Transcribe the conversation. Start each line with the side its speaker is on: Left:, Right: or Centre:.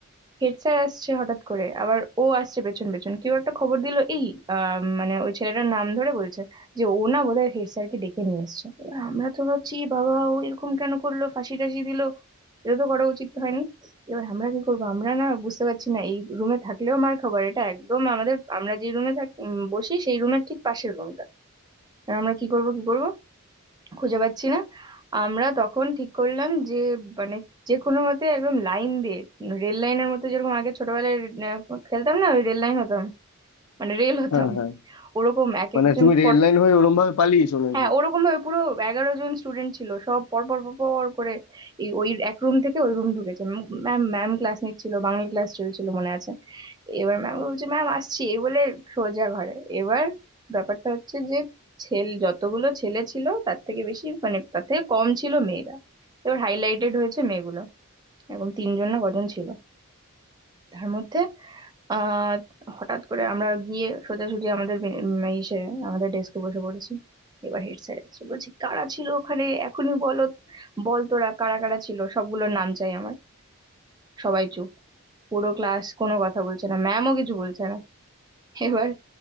Right: হেড স্যার আসছে হঠাৎ করে আবার ও আসছে পেছন পেছন কেউ একটা খবর দিল এই আহ, মানে ওই ছেলেটার নাম ধরে বলছে যে ও না বোধহয় হেড স্যারকে ডেকে নিয়ে এসছে এবার আমরা তো ভাবছি "এ বাবা ও এরকম কেন করলো ফাঁসি টাসি দিল এটা তো করা উচিত হয়নি এবার আমরা কি করবো আমরা না বুঝতে পারছি না এই রুমে থাকলেও মার খাবার এটা একদম আমাদের আমরা যে রুমে থাকি বসি সেই রুমের ঠিক পাশের রুমটা আমরা কি করব কি করব খুঁজে পাচ্ছি না আমরা তখন ঠিক করলাম যে মানে যে কোনো মতে একদম লাইন দিয়ে রেল লাইনের মতো যেরকম আগে ছোটবেলায় আহ, খেলতাম না ওই রেল লাইন হতাম মানে রেল হতাম
Left: হ্যাঁ হ্যাঁ
Right: ওরকম এক
Left: মানে
Right: একজন
Left: তুমি রেড
Right: পর
Left: লাইন হয়ে ওরম ভাবে পালিয়েছো নাকি
Right: হ্যাঁ ওরকম ভাবে পুরো এগারো জন স্টুডেন্ট ছিল সব পর পর পর পর করে এই ওই এক রুম থেকে ওই রুম ঢুকেছে ম্যাম ম্যাম ক্লাস নিচ্ছিল বাংলা ক্লাস চলছিল মনে আছে এবার ম্যাম বলছে ম্যাম আসছি এই বলে সোজা ঘরে এবার ব্যাপারটা হচ্ছে যে ছেলে যতগুলো ছেলে ছিল তার থেকে বেশি মানে তার থেকে কম ছিল মেয়েরা এবার হাইলাইটেড হয়েছে মেয়েগুলো এরকম তিনজন না কজন ছিল তার মধ্যে আহ হঠাৎ করে আমরা গিয়ে সোজাসুজি আমাদের বে- উম, ইসে আমাদের ডেস্কে বসে পড়েছি এবার হেড স্যার এসে বলছি কারা ছিল ওখানে এখনই বলো বল তোরা কারা কারা ছিল সবগুলোর নাম চাই আমার সবাই চুপ পুরো ক্লাস কোনো কথা বলছে না ম্যামও কিছু বলছে না <laughs> এবার